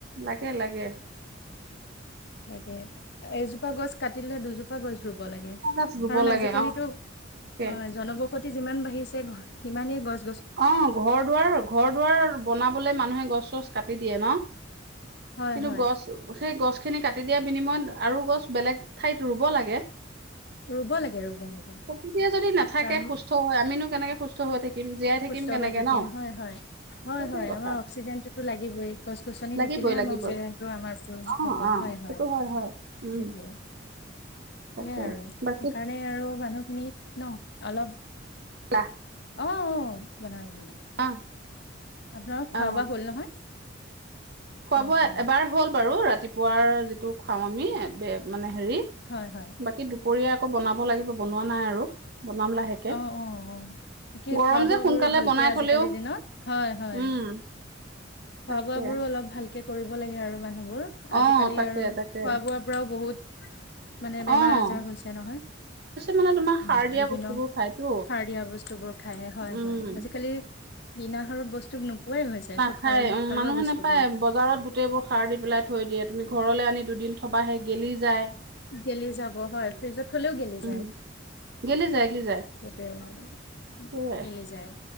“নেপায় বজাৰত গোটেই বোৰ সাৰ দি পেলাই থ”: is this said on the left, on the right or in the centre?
Right